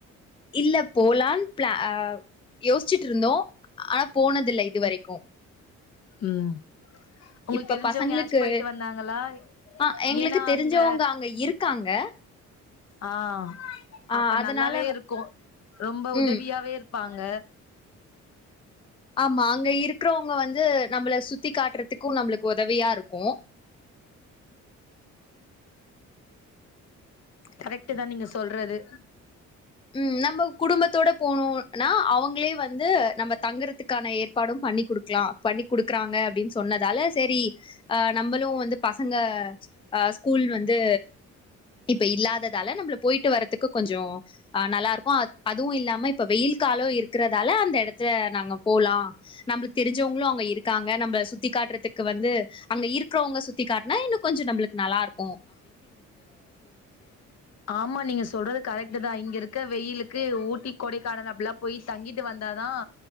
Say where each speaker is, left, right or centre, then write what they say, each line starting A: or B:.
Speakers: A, on the left; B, on the left.
A: இல்ல போலான்னு ப்ளா அஹ் யோசிச்சுட்ருந்தோம் ஆனா போனது இல்ல இது வரைக்கும்
B: உம் உங்களுக்கு
A: இப்ப
B: தெரிஞ்சவுங்க
A: பசங்களுக்கு
B: யாராச்சும் போயிட்டு வந்தாங்களா
A: ஆ எங்களுக்கு
B: ஏன்னா
A: தெரிஞ்சவங்க
B: அங்க
A: அங்க இருக்காங்க
B: ஆஹ்
A: ஆ
B: அப்ப
A: அதனால
B: நல்லாவே இருக்கும் ரொம்ப உதவியாவே
A: ம்
B: இருக் ப்பாங்க
A: ஆமா அங்க இருக்கிறவுங்க வந்து நம்மள சுத்தி காட்றதுக்கும் நம்மளுக்கு உதவியா இருக்கும்
B: கரெக்ட்டு தான் நீங்க சொல்றது
A: உம் நம்ம குடும்பத்தோட போனும் ஆனா அவுங்களே வந்து நம்ம தங்குறதுக்கான ஏற்பாடும் பண்ணி் குடுக்கலாம் பண்ணி குடுக்குறாங்க அப்டின்னு சொன்னதால சேரி அஹ் நம்மளும் வந்து பசங்க அஹ் ஸ்கூல் வந்து இப்ப இல்லாததால நம்மள போயிட்டு வர்றது க்கு கொஞ்சம் நல்லாருக்கும் அத் அதுவும் இல்லாம இப்ப வெயில் காலோ இருக்கறதால அந்த இடத்துல நாங்க போலாம் நம்மளுக்கு தெரிஞ்சவங்களும் அங்க இரு க்காங்க நம்ப சுத்தி காட்டுறத்துக்கு வந்து அங்க இருக்கிறவங்க சுத் தி காட்னா இன்னு கொஞ்சும் நம்ளுக் நல்லா இருக்
B: ஆமா நீங்க சொல்றது கரெக் ட்தான் இங்க இருக்க வெயிலுக்கு ஊட்டி கொடைக்கானல் அப்டிலாம் போய் தங்கிட்டு வந்தாதான்